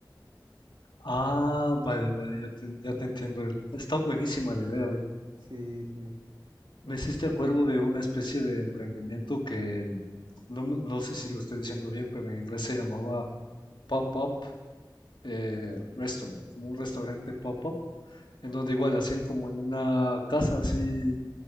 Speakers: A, on the left; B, on the right.
A: Ah, vale, vale, ya te, ya te entiendo. Está buenísima la idea, oye.
B: Sí, sí.
A: Me
B: Entonces,
A: hiciste acuerdo de una especie de emprendimiento que mm, no, m- no sé si lo estoy diciendo bien, pero en inglés se llamaba Pop-Up eh, Restaurant, como un restaurante pop-up, en donde igual hacían como en una casa así